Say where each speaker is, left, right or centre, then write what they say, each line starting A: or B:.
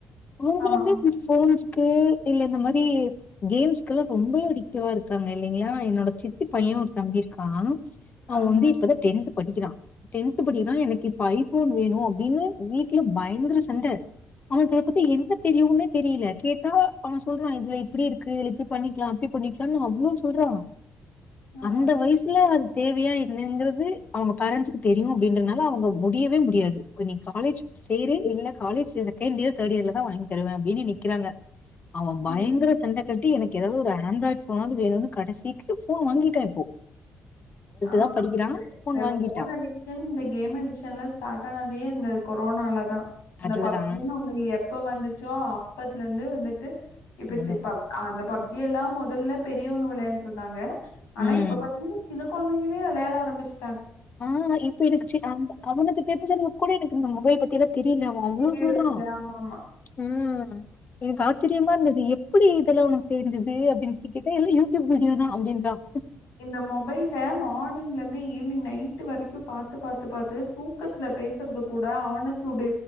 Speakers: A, on the left; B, on the left.
A: <unintelligible>
B: ஆமா ஆமா.
A: <unintelligible> இல்ல இந்த மாரி கேம்ஸ்க்கெல்லா ரொம்பவே அடிக்டிவா இருக்காங்க இல்லைங்களா என்னோட சித்தி பையன் ஒரு தம்பிருக்கா அவ
B: ஆமா.
A: வந்து இப்பதா டென்து படிக்கிறா டென்த் படிக்றான் எனக்கு இப் ப்போ ஐபோன் வேணு அப்டின்னு வீட்ல பயங்கர சண்ட அவனுக்கு அத பத்தி என்ன தெரியுனு தெரியல கேட்டா அவெ சொல்றான் இதுல இப்டி இருக்கு இதுல இப்படி பண்ணிக்கலா அப்படி பண்ணிக்கலானு அவ்ளோ சொல்றான்
B: ஆ.
A: அந்த வயசுல அது தேவையா என்னங்கிறது அவங்க பேரன்ட்ஸ்குக்கு தெரியும் அப்படின்றனால அவங்க முடியவே முடியாது நீ காலேஜ் சேரு இல்ல காலேஜ் செகண்ட்யியர் தேர்ட்யிர்ல தா வாங்கி தருவே அப்டின்னு நிக்குறாங்க அவன் பயங்கர
B: ம். ம்.
A: சண்ட கட்டி எனக் ஏதாவது ஒரு ஆண்ட்ராய்ட் போனாவது வேணும்னு கடைசிக்கு போன் வாங்கிட்டா இப்போ
B: ஆஹ்
A: தான் படிக்கிறான்.
B: இந்த
A: ஃபோன்
B: இந்த
A: வாங்கிட்டான்.
B: போன் அடிக்ஷன் இந்த கேம் அடிக்ஷன் எல்லா ஸ்டார்ட் ஆனதே இந்த கொரோனாலதா அந்த
A: அதுலதான்
B: பப்ஜினு ஒண்ணு எப்ப வந்துச் ச்சோ அப்பத்துல இருந்து வந்து டு இப்ப
A: அதுதான்.
B: சிப்பாம் ஆஹ் அந்த பப் எல்லா முதல்ல பெரியவங்க விளையாண்ட்டு இருந்தாங்க ஆனா
A: ம்.
B: இப்ப பாத்தீங்கன்னா சின்ன கொழந்தைங்களே விளையாட ஆரம்பிச்சு
A: ஆஹ் இப்ப எனக்கு சி அம்ப அவனுக்கு தெரிஞ்சது கூட எனக்கு இந்த மொபைல் பத்திலா தெரியல அவ அவ்ளோ
B: தெரியறதில்ல.
A: சொல்றான்
B: ஆமாமா.
A: உம் உம் எனக்கு ஆச்சிரியமா இருந்தது எப் எப்டி இதெல்லா உனக்கு தெரி்ஞ்சுது அப்டின்னு கேட்ட எல்லா யூடியூப் வீடியோ தா அப்டின்றான்
B: இந்த மொபைல மார்னிங்ல இருந்து ஈவினிங் நைட்டு வரைக்கும் பாத்து பாத்து பாத்து தூக்கத்துல பேசுறது கூட அவன சுடு